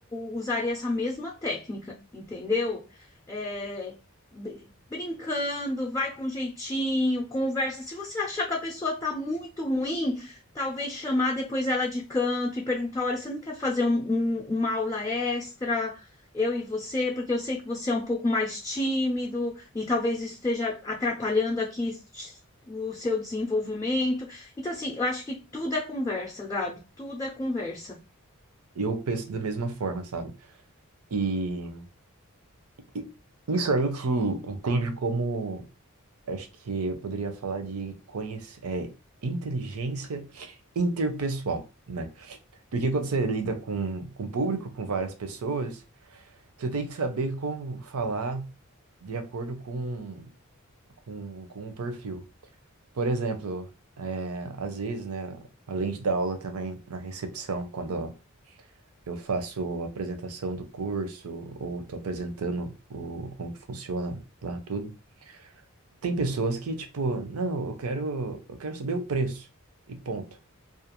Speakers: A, on the left; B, on the right.
A: usaria essa mesma técnica, entendeu? É, br- brincando, vai com jeitinho, conversa. Se você achar que a pessoa está muito ruim, talvez chamar depois ela de canto e perguntar: olha, você não quer fazer um- um- uma aula extra? Eu e você, porque eu sei que você é um pouco mais tímido e talvez isso esteja atrapalhando aqui o seu desenvolvimento. Então, assim, eu acho que tudo é conversa, Gabi, tudo é conversa.
B: Eu penso da mesma forma, sabe? E, e isso a gente entende como, acho que eu poderia falar de conhece, é, inteligência interpessoal, né? Porque quando você lida com, com o público, com várias pessoas, Você tem que saber como falar de acordo com, com, com o perfil. Por exemplo, é, às vezes, né, além de dar aula também na recepção, quando eu faço a apresentação do curso ou estou apresentando o, como que funciona lá tudo, tem pessoas que, tipo, não, eu quero, eu quero saber o preço e ponto.